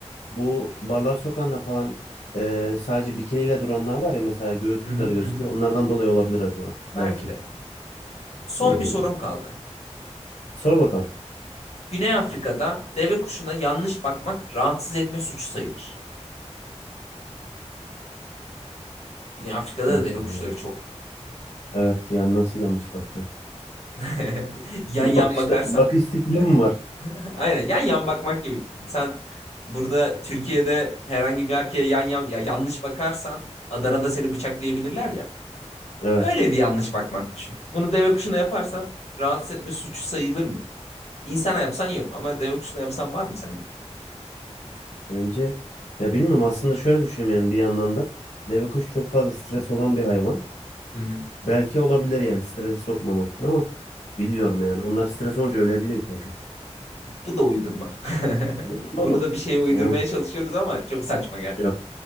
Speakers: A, on the left (about 80°); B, on the left (about 65°).
A: Bu barlar sokağında falan e, sadece bikiniyle duranlar var ya mesela göğüsleri
B: hı hı.
A: gözüküyor.
B: hı.
A: Onlardan dolayı olabilir acaba. Belki.
B: Belki de. Son
A: Hı.
B: bir sorum kaldı.
A: Sor bakalım.
B: Güney Afrika'da deve kuşuna yanlış bakmak rahatsız etme suçu sayılır. Güney Afrika'da da
A: Nasıl
B: deve
A: yani
B: kuşları
A: yanlış?
B: çok
A: Evet yani nasıl yanlış bakacaksın?
B: <laughs> Yan
A: Bir
B: yan
A: bakışta
B: bakarsan.
A: bakış stili
B: <laughs>
A: mi var?
B: Aynen yan yan bakmak gibi düşün. Sen burada Türkiye'de herhangi bir erkeğe yan yan ya yanlış bakarsan Adana'da seni bıçaklayabilirler ya.
A: Evet
B: Öyle bir yanlış bakmak düşün. Bunu deve kuşuna yaparsan rahatsız etme suçu sayılır mı? İnsana yapsan yok ama deve kuşuna yapsan var mı sence?
A: bence ya bilmiyorum aslında şöyle düşünüyorum yani bir yandan da deve kuş çok fazla stres olan bir hayvan.
B: Hı hı.
A: Belki olabilir yani strese sokmamak için ama bilmiyorum yani. Onlar stres olunca ölebiliyor çünkü.
B: Bu da uydurma. <laughs>
A: Öldürme
B: Bunu
A: ama.
B: da bir şeye uydurmaya
A: Yani
B: çalışıyoruz ama çok saçma gerçek.
A: yok.